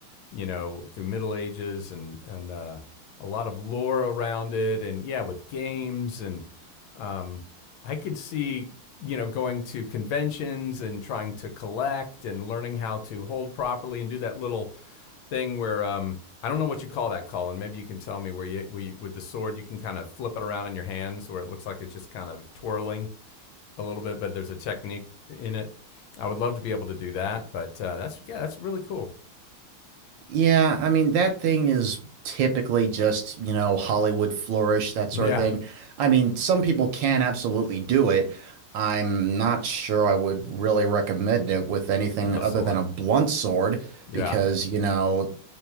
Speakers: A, on the left (about 75°); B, on the right (about 70°).
A: you know, through Middle Ages and and uh, a lot of lore around it, and yeah, with games and um, I could see you know going to conventions and trying to collect and learning how to hold properly and do that little thing where um, I don't know what you call that, Colin. Maybe you can tell me where you, where you with the sword you can kind of flip it around in your hands where it looks like it's just kind of twirling a little bit, but there's a technique in it. I would love to be able to do that, but uh, that's yeah, that's really cool.
B: Yeah, I mean, that thing is typically just, you know, Hollywood flourish, that
A: Yeah,
B: sort of thing. I mean, some people can absolutely do it. I'm not sure I would really recommend it with anything
A: with a
B: other
A: sword.
B: than a blunt sword
A: Yeah.
B: because, you know,